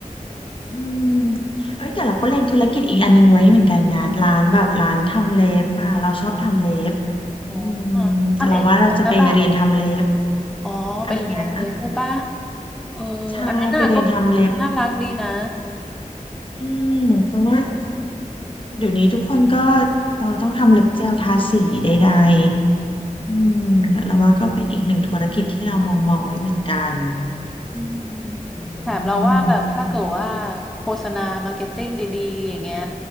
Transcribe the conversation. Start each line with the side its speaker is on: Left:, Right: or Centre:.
Left: อืมเอ้ยแต่เราก็เล็งธุรกิจอีกอันหนึงไว้เหมือนกันนะร้านแบบร้านทำเล็บอ่ะเราชอบทำเล็บ
Centre: อ๋อ
Left: อืม
Centre: ทำเองเป็นหรือเปล่า
Left: เราว่าเราจะไปเรียนทำเล็บ
Centre: อ๋อเป็นเรียนเลยใช่ปะ
Left: อะไรนะ
Centre: เอออันนั้นน่ะก็
Left: ใช่ไปเรียนทำเล็บ
Centre: น่ารักดีนะ
Left: อืมเพราะว่าเดี๋ยวนี้ทุกคนก็ตอต้องทำเล็บเจลทาสีใดๆอืมเราว่าก็เป็นอีกหนึ่งธุรกิจที่เรามองมองไว้เหมือนกัน
Centre: อืม
Left: อื
Centre: แถมเราว่าแบบถ้าเกิดว่า
Left: ม
Centre: โฆษณามาร์เก็ตติ้งดีๆอย่างเงี้ย